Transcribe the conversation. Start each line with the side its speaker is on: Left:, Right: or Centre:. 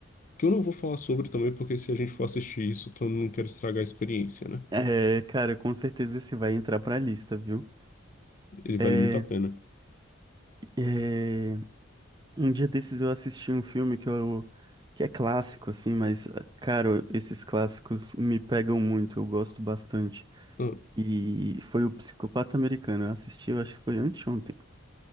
Left: que eu não vou falar sobre também, porque se a gente for assistir isso, então eu não quero estragar a experiência, né?
Right: É, cara, com certeza esse vai entrar pra lista, viu?
Left: Ele vale
Right: É,
Left: muito a pena.
Right: é, um dia desses eu assisti um filme que eu, que é clássico, assim, mas, cara, esses clássicos me pegam muito, eu gosto bastante.
Left: Ah,
Right: E foi o Psicopata Americano, eu assisti, eu acho que foi anteontem.